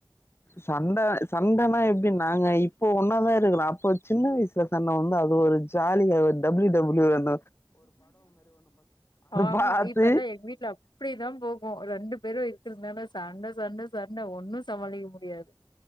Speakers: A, on the left; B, on the left.
A: சண்டை சண்டைன்னா எப்படி நாங்க இப்போ ஒன்னாதான் இருக்குறோம் அப்போ சின்ன வயசுல சண்டை வந்து அது ஒரு ஜாலியா ஒரு டபிள்யூ டபிள்யூ விளையான்
B: ஆமா
A: பாத்து
B: இப்ப எல்லாம் எங்க வீட்டுல அப்படிதான் போகும் ரெண்டு பேரும் இருக்கிறதுனால சண்டை சண்டை சண்டை ஒன்னும் சமாளிக்க முடியாது